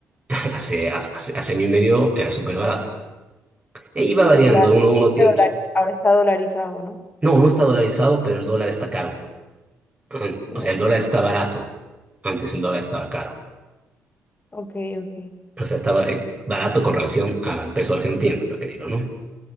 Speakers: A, on the right (about 20°); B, on the left (about 25°).
A: <laughs> hace, hace, hace año y medio era súper barato. E iba variando,
B: Claro,
A: uno, uno
B: se
A: tiene...
B: dolari- ahora está dolarizado, ¿no?
A: No, no está dolarizado, pero el dólar está caro. An-
B: Ya,
A: O sea, el dólar está barato. Antes el dólar estaba caro.
B: Ok, ok,
A: O sea, estaba eh, barato con relación al peso argentino, lo que digo, ¿no?